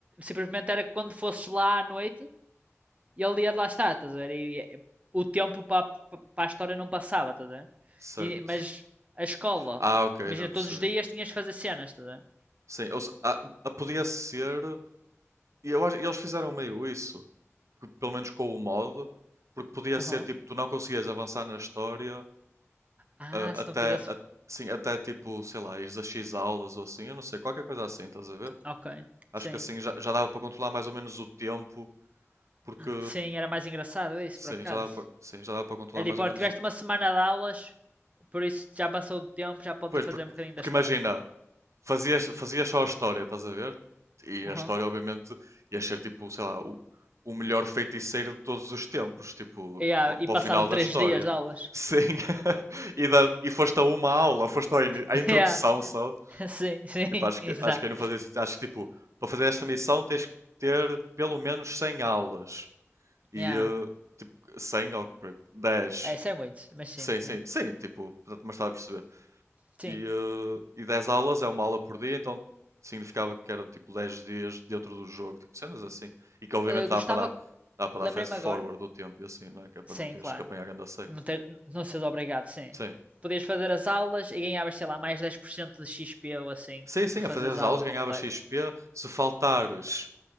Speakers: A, on the right; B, on the right.
A: Simplesmente era que quando fosses lá à noite, E ele ia de lá estar, estás a ver? E eh, o tempo para, para a história não passava, estás a ver?
B: certo.
A: E- mas a escola,
B: Ah, ok,
A: imagina,
B: já percebi.
A: todos os dias tinhas de fazer cenas, estás a ver?
B: Sim, ou se- ah, ah, podia ser E eu acho- eles fizeram meio isso, que pelo menos com o mod, porque podia
A: Aham.
B: ser tipo, tu não conseguias avançar na história
A: Ah,
B: ah,
A: se
B: até,
A: não fizesse.
B: a- sim, até tipo, sei lá, ires a X aulas ou assim, eu não sei, qualquer coisa assim, estás a ver?
A: Ok,
B: Acho
A: sim.
B: que assim já, já dava para controlar mais ou menos o tempo, porque
A: Sim, era mais engraçado isso,
B: sim,
A: por acaso.
B: já dava para, sim, já dava para controlar
A: É
B: mais
A: tipo,
B: ou
A: olha,
B: menos
A: tiveste
B: o tempo.
A: uma semana de aulas, por isso já passou o tempo, já podes
B: Pois,
A: ir
B: porque,
A: fazer um bocadinho
B: porque
A: da história.
B: imagina, fazias, fazias só a história, estás a ver? E
A: Uhum.
B: a história, obviamente, ia ser tipo, sei lá, o, o melhor feiticeiro de todos os tempos, tipo,
A: Yeah,
B: para
A: e passaram
B: o final da
A: três
B: história.
A: dias de aulas.
B: Sim, <laughs> e, da, e foste a uma aula, foste ao ini- à
A: <laughs>
B: introdução
A: Yeah,
B: só.
A: sim, sim,
B: Tipo,
A: <laughs>
B: acho
A: exato.
B: que, acho que eu não fazia sentido. Acho que, tipo, para fazer esta missão tens que ter pelo menos 100 aulas. E,
A: Yeah.
B: eh, tipo, cem ou pre- 10.
A: É, isso é muito, mas sim,
B: Sim, sim,
A: yeah.
B: sim, tipo, portanto, mas estás a perceber
A: Sim.
B: e, eh, e 10 aulas é uma aula por dia, então significava que era tipo 10 dias dentro do jogo, tipo cenas assim. E que obviamente
A: Eh,
B: dá
A: gostava,
B: para dar, dá para
A: lembrei-me
B: dar fast forward
A: agora,
B: do tempo e assim, não é? Que é para
A: Sim,
B: não teres
A: claro.
B: que apanhar ganda seca.
A: Não, ter, não seres obrigado, sim.
B: Sim.
A: Podias fazer as aulas e ganhavas, sei lá, mais 10% de XP ou assim,
B: Sim, sim,
A: por fazeres
B: a fazer as
A: a
B: aulas
A: aula
B: ganhava
A: completa.
B: XP. Se faltares,